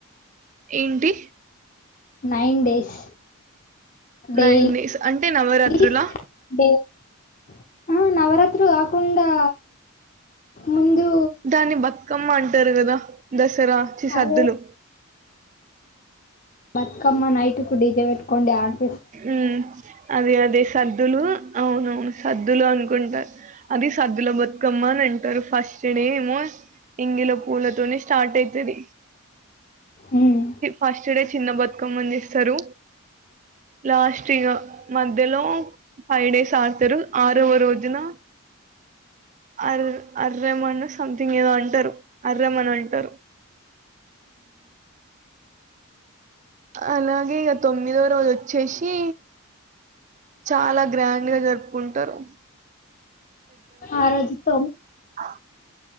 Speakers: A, on the right; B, on the left.
A: ఏంటి
B: nine days daily
A: nine days అంటే నవరాత్రులా
B: <unintelligible> ఆ నవరాత్రు కాకుండా ముందు
A: దాన్ని బతుకమ్మ అంటారు కదా దసరా చి సద్దులు
B: అదే బతుకమ్మ నైట్ కు డి జె పెట్టుకుని డాన్స్
A: ఉ అదే అదే సద్దులు అవునా సద్దులు అనుకుంటా అది సద్దుల బతుకమ్మ అని అంటారు ఫస్ట్డే ఏమో ఎంగిల పూలతోనే స్టార్ట్ అవుతది
B: ఉమ్
A: ఫస్ట్ డే చిన్న బతుకమ్మని చేస్తారు లాస్ట్ ఇగా మధ్యలో ఫైవ్ డేస్ ఆడతారు ఆరోవ రోజు రోజున ఆరోజు అర్రం అని సంథింగ్ ఏదో అంటారు అర్రమ అని అంటారు అలాగే ఇగ తొమ్మిదో రోజు వచ్చేసి చాలా గ్రాండ్ గా జరుపుకుంటారు
B: ఆరోజు <unintelligible>
A: ఆ